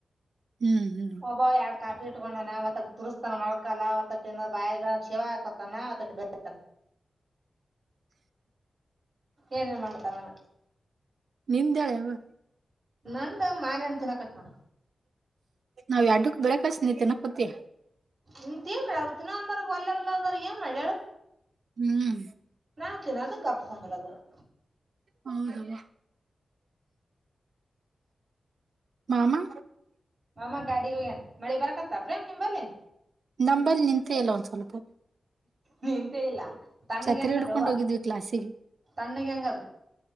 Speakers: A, on the right; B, on the right.
A: ಹ್ಮ್ ಹ್ಮ್
B: ಒಬ್ಬಾ ಯಾಡ್ ಕಾಟ್ ಇಟ್ಕೊಂಡನ ಒತ್ತನ ತುರುಸ್ತಾನ ಮಳಕಾಲ ಒತ್ತಟ್ಟನಾದ ಬಾಯಾಗ ಶಿವ ಹಾಕೋತಾನ ಒತ್ತಟ್ಟ ಬೆಳತಾನ.
A: <inaudible>
B: ಏನೇನ್ ಮಾಡ್ತನವ
A: ನಿಂದ್ಯಾಳವ್ವೋ
B: ನಂದು ಮಾವಿನ್ ಅಣ್ಣ್ ತಿನ್ನಕ್ಕತ್ತಿನ್ ನೋಡ್.
A: ನಾವ್ ಎಡ್ಡುಕ್ ಬೆಳಕ್ ಕಳ್ಸ್ ನೀ ತಿನ್ನಕ್ ಕೂತ್ಯ.
B: ನಿ ತಿನ್ನ ಅವರು ತಿನ್ನೋಂದ್ರ ಒಲ್ಯ ಇಲ್ಲದರ್ ಏನ್ ಮಾಡ್ಲ್ ಹೇಳು
A: ಹ್ಮ್
B: ನಾ ಏನದು ಕಪ್ಕಂಕೊಂಡ್ರದು <inaudible>
A: ಹೌದವ್ವ ಮಾಮಾ
B: ಅಮ್ಮ ಗಾಡಿಗೂ ಏನ್ ಮಳಿ ಬರಕತ್ತ ಪ್ರೇಮ್ ನಿಂಬಲ್ಲಿಿ
A: ನಂಬಲ್ಲಿ ನಿಂತ ಎಲ್ಲ ಒಂದಸೋಲುತ್ತ
B: ನಿಂತೇ ಇಲ್ಲ ತಣ್ಣಗ್
A: ಛತ್ರಿ
B: ಹೆಂಗದ
A: ಹಿಡ್ಕೊಂಡ್
B: ಯವ್ವ
A: ಹೋಗಿದ್ವಿ ಕ್ಲಾಸಿಗೆ
B: ತಣ್ಣಗ್ ಹೆಂಗದ